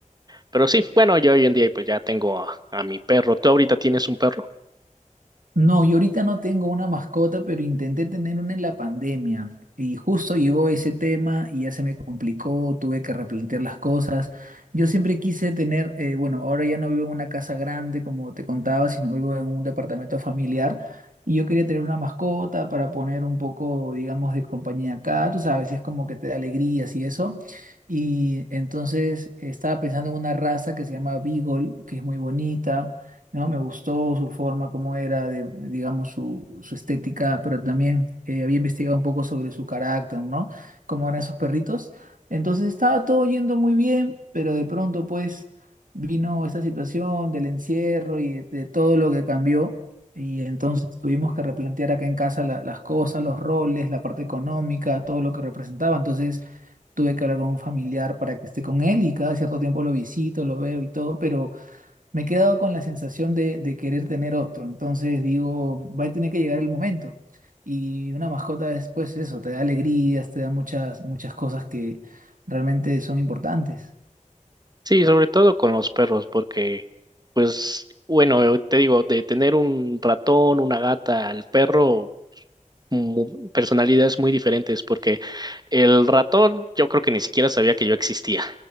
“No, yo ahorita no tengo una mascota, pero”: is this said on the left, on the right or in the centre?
Right